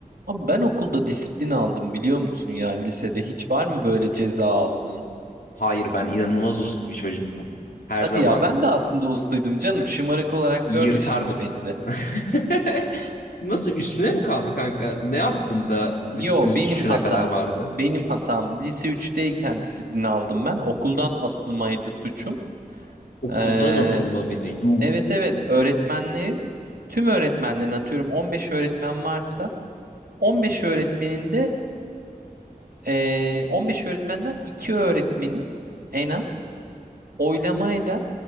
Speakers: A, on the right; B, on the left.
A: Abi ben okulda disiplin aldım biliyor musun ya lisede hiç var mı böyle ceza aldın?
B: Hayır ben inanılmaz uslu bir çocuktum. Her
A: Hadi
B: zaman
A: ya ben de aslında usluydum canım şımarık olarak
B: yırtardım.
A: görme şimdi beni de.
B: <laughs> Nasıl üstüne mi kaldı kanka? Ne yaptın da
A: Yo
B: disiplin suçuna
A: benim hatam.
B: kadar vardı?
A: Benim hatam. Lise üçteyken disiplin aldım ben. Okuldan atılmaydı suçum.
B: Okuldan
A: Ee,
B: atılma bir de. Yuh.
A: evet evet öğretmenlerin tüm öğretmenlerin atıyorum 15 öğretmen varsa 15 öğretmenin de ee, 15 öğretmenden 2 öğretmenin en az oylamayla